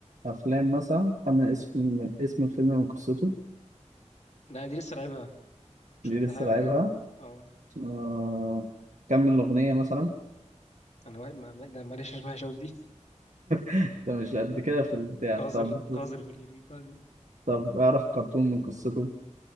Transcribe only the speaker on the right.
أفلام مثلا خمن اسم اسم الفيلم من قصته
دي
لسه
لعبها
آه كمل الأغنية مثلا
أنت مش قد كده في البتاع
طب
طب اعرف كرتون من قصته